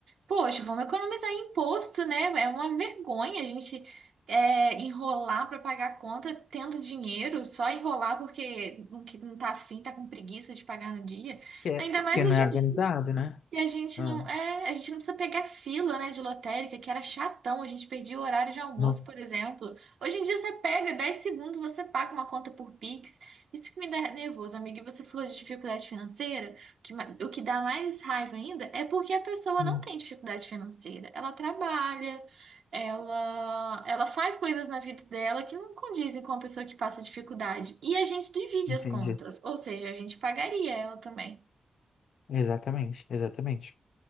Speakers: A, on the right (about 80°); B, on the left (about 85°).
A: Poxa, vamos economizar em imposto, né? É uma vergonha a gente é, enrolar para pagar a conta tendo dinheiro, só enrolar porque não que não tá afim, tá com preguiça de pagar no dia.
B: Porque
A: Ainda
B: é, porque
A: mais
B: não
A: hoje
B: é
A: em
B: organizado, né?
A: e a gente
B: Ah,
A: não, é, a gente não precisa pegar fila, né, de lotérica, que era chatão, a gente perdia o horário de almoço,
B: nossa.
A: por exemplo. Hoje em dia você pega 10 segundos, você paga uma conta por Pix. Isso que me dá nervoso, amiga. E você falou de dificuldade financeira, o que, ma- o que dá mais raiva ainda é porque a pessoa
B: Hum,
A: não tem dificuldade financeira. Ela trabalha, ela, ela faz coisas na vida dela que não condizem com a pessoa que passa dificuldade. E a gente divide
B: entendi.
A: as contas, ou seja, a gente pagaria ela também.
B: Exatamente, exatamente.